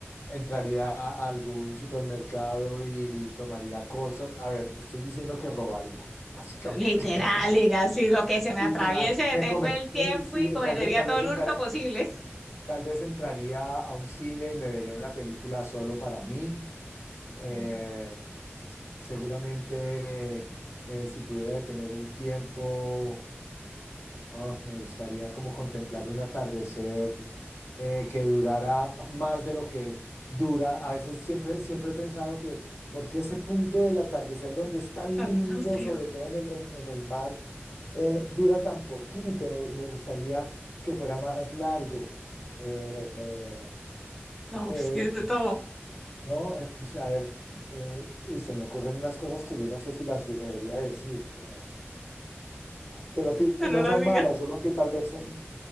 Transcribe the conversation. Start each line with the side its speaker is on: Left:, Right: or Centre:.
Left: entraría a algún supermercado y tomaría cosas. A ver, estoy diciendo que robaría, básicamente.
Centre: Literal, diga, si lo
Left: <laughs>
Centre: que se me
Left: Literal.
Centre: atraviese, detengo
Left: Me come.
Centre: el tiempo
Left: me- sí,
Centre: y cometería
Left: tal vez, tal
Centre: todo
Left: vez
Centre: el
Left: entrar-
Centre: hurto posible.
Left: tal vez entraría a un cine y me vería una película solo para mí. Eh,
Centre: Ay,
Left: seguramente eh, si pudiera detener el tiempo, oh, me gustaría como contemplar un atardecer eh, que durara más de lo que dura. A veces siempre, siempre he pensado que porque ese punto del atardecer donde es tan
Centre: tan
Left: lindo,
Centre: rápido.
Left: sobre todo en el, en, en el mar, eh, dura tan poquito. Me gustaría que fuera más largo. Eh, eh,
Centre: No,
Left: eh,
Centre: pues que de todo,
Left: no, eh, pues, a ver, eh, uy, se me ocurren unas cosas que yo no sé si las debería decir, eh, que no, ti-
Centre: pero
Left: no
Centre: la
Left: son
Centre: diga,
Left: malas, solo que tal vez son,